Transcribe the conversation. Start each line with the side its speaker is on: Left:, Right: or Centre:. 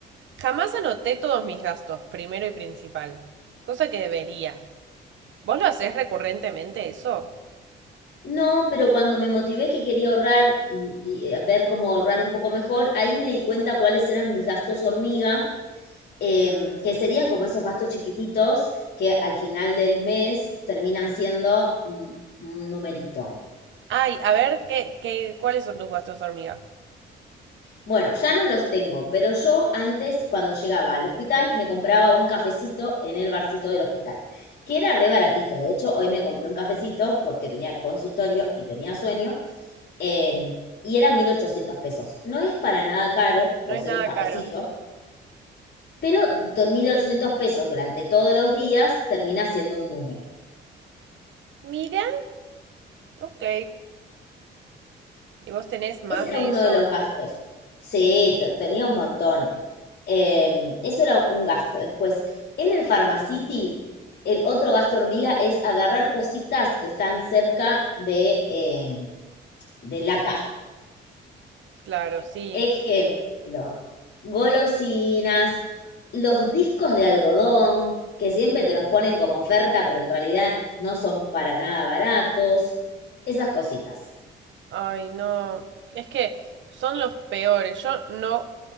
Right: Jamás anoté todos mis gastos, primero y principal. Cosa que debería. ¿Vos lo hacés recurrentemente eso?
Left: No, pero cuando me motivé que quería ahorrar mm, y eh, ver cómo ahorrar un poco mejor, ahí me di cuenta cuáles eran mis gastos hormiga, em, que serían como esos gastos chiquititos que al final del mes terminan siendo mm, un numerito.
Right: Ay, a ver, ¿qué, qué, cuáles son tus gastos, hormiga?
Left: Bueno, ya no los tengo, pero yo antes, cuando llegaba al hospital, me compraba un cafecito en el barcito del hospital, que era re baratito. De hecho, hoy me compré un cafecito porque tenía consultorio y tenía sueño Eh, y era 1.800 pesos. No es para nada caro
Right: No
Left: por
Right: es
Left: ser
Right: nada
Left: un cafecito,
Right: caro.
Left: pero 1.800 pesos durante todos los días termina siendo un número.
Right: Mira. Ok. ¿Y vos tenés más
Left: Ese era
Right: de
Left: uno
Right: eso?
Left: de los gastos. Sí, tenía un montón. Em, eso era un gasto. Después, en el Pharmacity, el otro gasto hormiga es agarrar cositas que están cerca de, em, de la caja.
Right: Claro, sí.
Left: Ejemplo, golosinas, los discos de algodón, que siempre te los ponen como oferta, pero en realidad no son para nada baratos, esas cositas.
Right: Ay, no. Es que son los peores. Yo no.